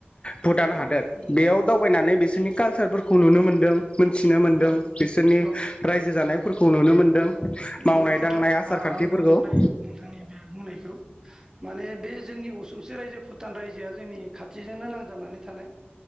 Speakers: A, on the left (about 25°); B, on the right (about 15°).
A: भुटान
B: नंगौ
A: हादोर
B: नोंथां
A: बेयाव
B: बुंनायाबो
A: दावबायनानै बिसोरनि कालसारफोरखौ नुनो मोनदों मोनथिनो मोनदों
B: औ
A: बिसोरनि
B: औ
A: रायजो जानाय खौ नुनो मोनदों
B: औ नंगौ
A: मावनाय
B: नोंथां
A: दांनाय आसार
B: आंबो
A: खान्थिफोरखौ
B: गनायो
A: <inaudible>
B: नोंथांनि बे बुंनायखौ माने बे जोंनि असुंसे रायजो भुटान रायजोआ जोंनि खाथिजोंनो नांजाबनानै थानाय